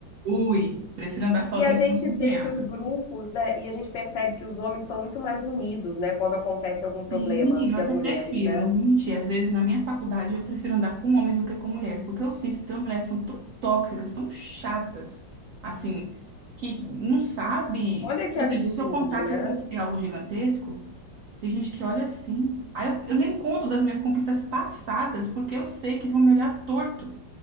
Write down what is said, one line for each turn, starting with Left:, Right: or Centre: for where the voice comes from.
Right: Ui, prefiro andar sozinha
Left: E a gente
Right: que não acompanhada.
Left: vê que os grupos, né, e a gente percebe que os homens são muito mais unidos, né, quando acontece algum problema
Right: Sim, menino,
Left: do que
Right: eu até
Left: as mulheres,
Right: prefiro,
Left: né?
Right: não vou mentir. Às vezes na minha faculdade eu prefiro andar com homens do que com mulheres, porque eu sinto que tem umas mulheres que são tão tóxicas, tão chatas, assim, que não sabe.
Left: Olha que
Right: Por
Left: absurdo,
Right: exemplo, se eu contar
Left: né?
Right: que eu conquistei algo gigantesco, tem gente que olha assim. Aí eu, eu nem conto das minhas conquistas passadas, porque eu sei que vão me olhar torto.